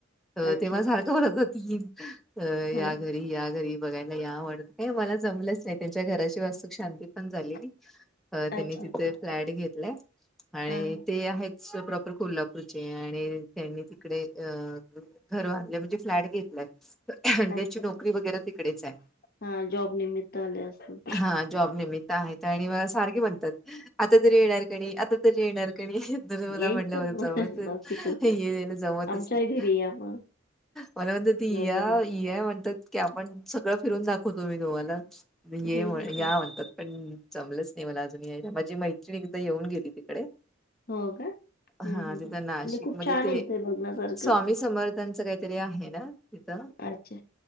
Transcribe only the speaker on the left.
अच्छा
हा
<unintelligible>
अच्छा
हा हा
अच्छा अच्छा
हा जॉब निमित्त आले असतील
यायचं
मग
नाशिकला
आमच्याही
घरी या मग
ओझरला
हम्म हम्म हम्म
हो का हम्म
हम्म हम्म
नाही खूप
छान
आहे इथे बघण्यासारखं
अच्छा!